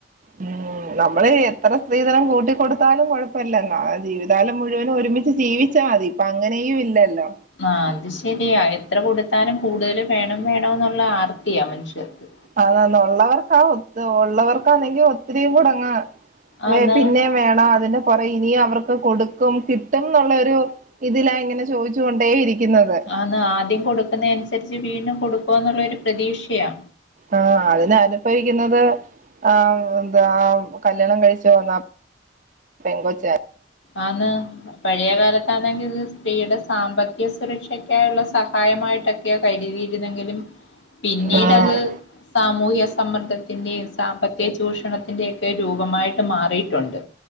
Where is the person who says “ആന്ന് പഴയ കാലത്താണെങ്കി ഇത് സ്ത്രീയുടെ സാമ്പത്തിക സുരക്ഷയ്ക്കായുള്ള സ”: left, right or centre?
Left